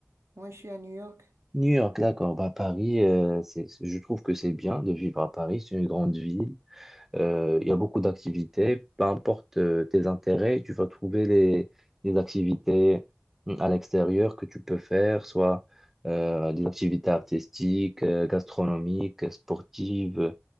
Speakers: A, on the right; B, in the centre.
A: Moi, je suis à New York.
B: New York, d'accord. Bah, Paris, euh, c'est, c'est- je trouve que c'est bien de vivre à Paris. C'est une grande ville. Euh,
A: Mm.
B: Il y a beaucoup d'activités. Peu importe euh, tes intérêts, tu vas trouver les, les activités hum, à l'extérieur que tu peux faire, soit euh, des activités artistiques, euh, gastronomiques, sportives,